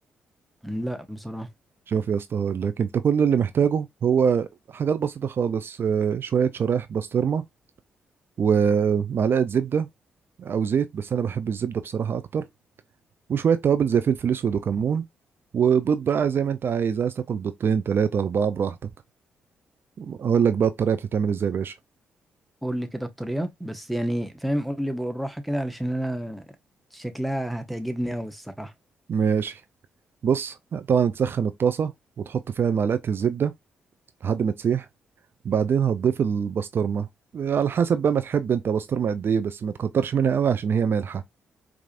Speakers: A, in the centre; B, on the right.
A: لا بصراحة
B: شوف يا اسطى هقول لك انت كل اللي محتاجه هو حاجات بسيطه خالص آه، شويه شرايح بسطرمه ومعلقه زبده او زيت بس انا بحب الزبده بصراحه اكتر وشويه توابل زي فلفل اسود وكمون وبيض بقى زي ما انت عايز عايز تاكل بيضتين ثلاثه اربعه براحتك اقول لك بقى الطريقه بتتعمل ازاي يا باشا
A: قول لي كده الطريقة بس يعني فاهم قول لي بالراحة كده علشان انا شكلها هتعجبني قوي الصراحة
B: ماشي بص طبعا تسخن الطاسه وتحط فيها معلقه الزبده لحد ما تسيح بعدين هتضيف البسطرمة على حسب بقى ما تحب انت بسطرمة قد ايه بس ما تكترش منها قوي عشان هي مالحة